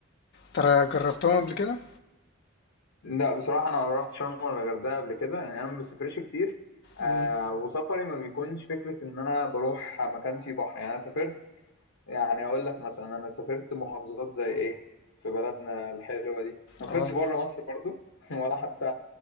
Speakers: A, on the left; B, on the left.
A: ترى جربتهم قبل كده؟
B: لا بصراحة أنا ما رحت شرم ولا الغردقة قبل كده يعني أنا ما بسافرش كتير آه
A: امم
B: وسفري ما بيكونش فكرة إن أنا بروح مكان فيه بحر يعني أنا سافرت يعني أقول لك مثلا أنا سافرت محافظات زي إيه في بلدنا الحلوة دي ما سافرتش
A: اه
B: بره مصر برضو <laughs> ولا حتى